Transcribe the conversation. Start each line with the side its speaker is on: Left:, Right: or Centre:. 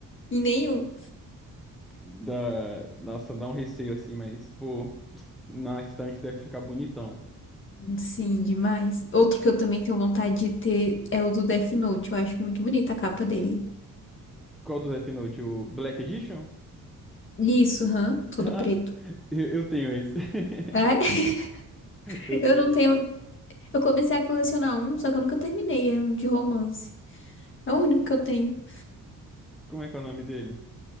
Left: E nenhum.
Centre: <laughs> Dá, nossa, dá um receio assim, mas, pô, na estante deve ficar bonitão.
Left: Sim, demais. Outro que eu também tenho vontade de ter é o do Death Note. Eu acho muito bonita a capa dele.
Centre: Qual do Death Note? O Black Edition? <laughs>
Left: Isso, hã? Todo
Centre: Ah,
Left: preto.
Centre: Eu eu tenho esse. <laughs>
Left: É? <laughs>
Centre: Eu
Left: Eu
Centre: tenho.
Left: não tenho. Eu comecei a colecionar um, só que eu nunca terminei. É um de romance. É o único que eu tenho.
Centre: Como é que é o nome dele?